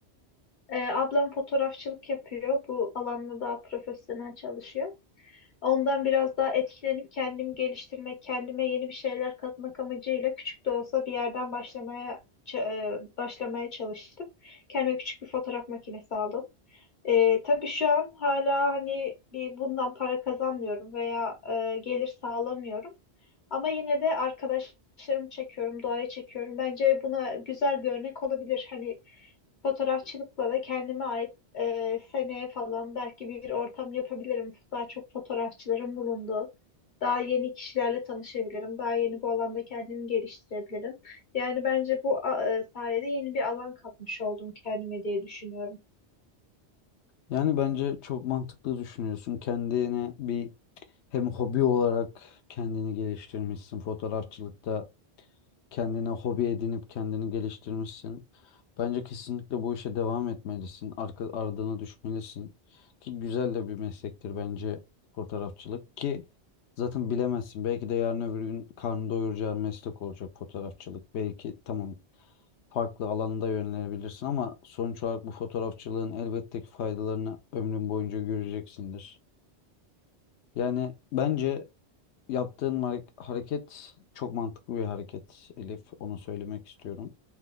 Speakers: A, on the left; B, on the left.
A: Ee, ablam fotoğrafçılık yapıyor. Bu alanda daha profesyonel çalışıyor. Ondan biraz daha etkilenip kendimi geliştirmek, kendime yeni bir şeyler katmak amacıyla küçük de olsa bir yerden başlamaya ç- e, başlamaya çalıştım. Kendime küçük bir fotoğraf makinesi aldım. E, tabii şu an hala hani bir bundan para kazanmıyorum veya e, gelir sağlamıyorum. Ama yine de arkadaşlarımı çekiyorum, doğayı çekiyorum. Bence buna güzel bir örnek olabilir. Hani Fotoğrafçılıkla da kendime ait e, seneye falan belki bir ortam yapabilirim. Daha çok fotoğrafçıların bulunduğu, daha yeni kişilerle tanışabilirim. Daha yeni bu alanda kendimi geliştirebilirim. Yani bence bu a- e, sayede yeni bir alan katmış oldum kendime diye düşünüyorum.
B: Yani bence çok mantıklı düşünüyorsun. Kendine bir hem hobi olarak kendini geliştirmişsin fotoğrafçılıkta Kendine hobi edinip kendini geliştirmişsin. Bence kesinlikle bu işe devam etmelisin. Arka, ardına düşmelisin. Ki güzel de bir meslektir bence fotoğrafçılık ki zaten bilemezsin. Belki de yarın öbür gün karnı doyuracağın meslek olacak fotoğrafçılık. Belki tamam farklı alanda yönelebilirsin ama sonuç olarak bu fotoğrafçılığın elbette ki faydalarını ömrün boyunca göreceksindir. Yani bence Yaptığın hare- hareket çok mantıklı bir hareket Elif. Onu söylemek istiyorum.